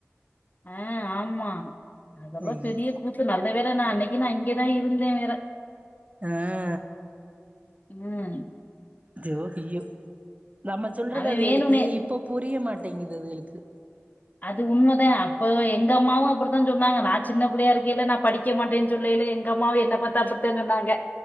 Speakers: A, on the left; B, on the right.
A: ஆ ஆமா அதல்லா
B: ஐயோ
A: பெரிய கூத்து நல்ல வேல நா அன்னைக்கு நா இங்கேதா இருந்தே வேற
B: அ
A: ம்
B: ஜோஹையோ நம்ப சொல்றது
A: அவ
B: அதுகளுக்கு
A: வேணுனே
B: இப்ப புரிய மாட்டேங்குது அதுகளுக்கு
A: அது உண்மதா அப்ப எங்க அம்மாவு அப்படித்தா சொன்னாங்க நா சின்ன புள்ளையா இருக்கையில்ல நா படி க்க மாட்டேன்னு சொல்லைல எங்க அம்மாவு என்ன பாத்தா அப்படித்தா சொன்னாங்க